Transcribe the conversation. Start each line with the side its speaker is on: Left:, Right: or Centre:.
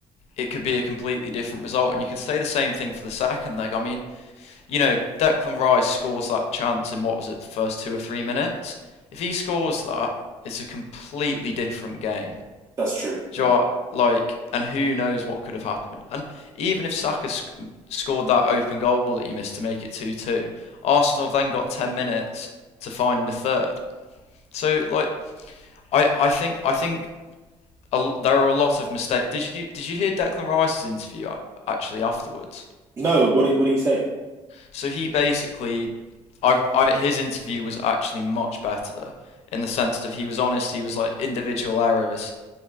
Left: it could be a completely different result. And you could say the same thing for the second leg. I mean, you know, Declan Rice scores that chance in what was it, the first two or three minutes? If he scores that, it's a completely different game.
Right: that's true.
Left: Do
Right: Yeah.
Left: you know what? like, and who knows what could have happened? And even if Saka sc- scored that open goal that he missed to make it two-two, Arsenal have then got ten minutes to find a third. So, like, I, I think I think a, l- there are a lot of mistakes. Did you did you hear Declan Rice's interview uh, actually afterwards?
Right: No, what did what did he say? <laughs>
Left: So he basically, I, I his interview was actually much better in the sense that he was honest. He was like individual errors